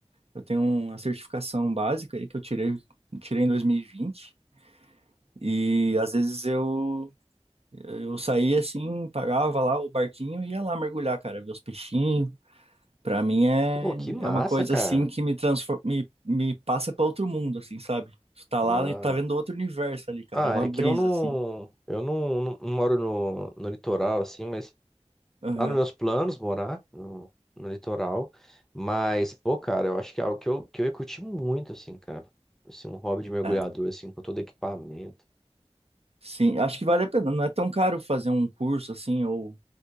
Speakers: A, on the right; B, in the centre.
A: Eu tenho uma certificação básica aí que eu tirei, tirei em 2020. E vinte. E às vezes eu, eu saía assim, pagava lá o barquinho e ia lá mergulhar, cara, ver os peixinhos. Pra mim é,
B: Pô, que massa,
A: é uma coisa
B: cara.
A: assim que me transforma, me, me passa pra outro mundo, assim, sabe? Tu tá
B: Ah,
A: lá e tá vendo outro universo ali, cara.
B: ah,
A: É uma
B: é que
A: brisa,
B: eu não,
A: assim.
B: eu não, não, não moro no, no litoral, assim, mas
A: Aham.
B: Tá nos meus planos morar no, no litoral, mas, pô, cara, eu acho que é algo que eu, que eu ia curtir muito, assim, cara. Assim, um hobby de mergulhador,
A: É.
B: assim, com todo equipamento.
A: Sim, acho que vale a pena. Não é tão caro fazer um curso assim, ou,